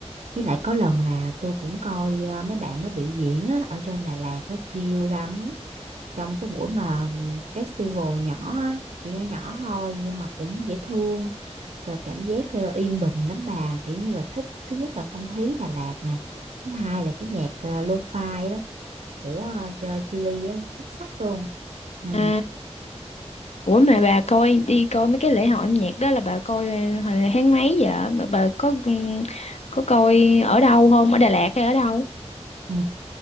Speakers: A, on the right; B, on the left.
A: Với lại có lần là tôi cũng coi ờ, mấy bạn nó biểu diễn á, ở trên Đà Lạt á chill lắm. Trong cái buổi mà ừm, festival nhỏ á, kiểu nhỏ nhỏ thôi nhưng mà cũng dễ thương, Cờ cảm giác ờ, yên bình lắm bà, kiểu như là thích thứ nhất là không khí Đà Lạt nè, thứ hai là cái nhạc ờ, lo-fi đó của ờ, Ch- Chillies á, xuất sắc luôn. Ừ.
B: À, ủa mà bà coi đi coi mấy cái lễ hội âm nhạc đó là bà coi ờ, hồi tháng mấy vậy? Mà bà có có coi ở đâu không? Ở Đà Lạt hay ở đâu?
A: Ừ.